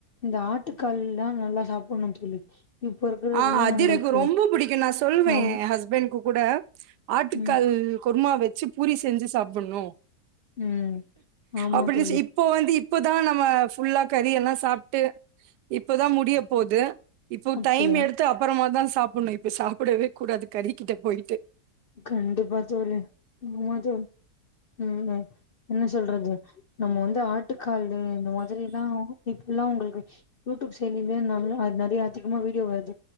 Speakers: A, on the left; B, on the right.
A: இந்த ஆட்டுக்கால்லா நல்லா சாப்டணு தோழி இப்போ இருக்கறதுல
B: ஆ அதிரெகு
A: உங்களுக்கு
B: ரொம்ப புடிக்கு நா சொல்வே
A: ஆம்
B: ஹஸ்பண்ட் கு கூட ஆட்டுக்கால்
A: ம்
B: குருமா வச்சு பூரி செஞ்சு சாப்புட்ணு
A: ம் ஆமா
B: அப்டிச்
A: தோழி
B: இப் இப்போ வந்து இப்பதா நம்ம ஃபுல்லா கறி எல்லா சாப்ட்டு இப்போதா முடிய போது இ
A: அப்டியா
B: டைம் எடுத்து அப்பறமா தா சாப்புணு இப்டி சாப்புடவே கூடாது கறிக்கிட்ட போயிட்டு
A: கண்டிப்பா தோழி ஆமா தோழி ம் என்ன சொல்றது நம்ம வந்து ஆட்டுக்காலு இந்த மாதிரில்லா கி எல்லா உங்களுக்கு யூ டூப் செயலிலயே நல்ல நெறைய அதிகமா வீடியோ வருது